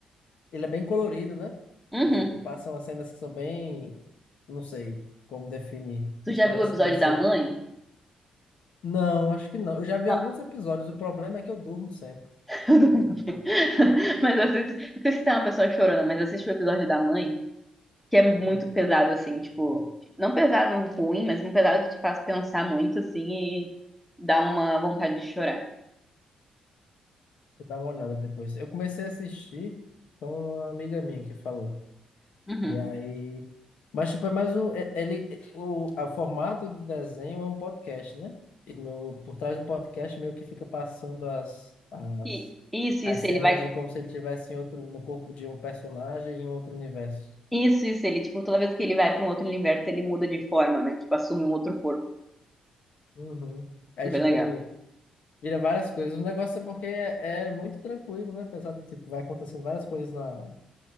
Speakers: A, on the left (about 70°); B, in the centre.
A: ele é bem colorido, né?
B: Uhum.
A: E, tipo, passam as cenas que são bem... Não sei como definir,
B: Tu
A: mas
B: já
A: parece
B: viu o episódio
A: que você...
B: da mãe?
A: Não, acho que não. Eu já vi
B: Não,
A: alguns episódios, o problema é que eu durmo sempre.
B: <laughs> eu não vi. Mas eu assisto, não sei se tá uma pessoa chorona, mas eu o episódio da mãe, que é muito
A: Hum,
B: pesado, assim, tipo, não pesado ruim, mas um pesado que te faz pensar muito, assim, e dá uma vontade de chorar.
A: vou dar uma olhada depois. Eu comecei a assistir, com uma amiga minha que falou.
B: Uhum.
A: E aí. Mas, tipo, é mais um. é- Ele, o, o formato do desenho é um podcast, né? E no, por trás do podcast meio que fica passando as, as,
B: E isso,
A: as
B: isso,
A: cenas
B: ele vai
A: de como se ele tivesse em outro, no corpo de um personagem em outro universo.
B: Isso, isso, ele, tipo, toda vez que ele vai pra um outro universo, ele muda de forma, né? Tipo, assume um outro corpo.
A: Uhum. É
B: É bem
A: tipo,
B: legal.
A: ele vira várias coisas. O negócio é porque é, é muito tranquilo, né? Apesar de, tipo, vai acontecendo várias coisas na,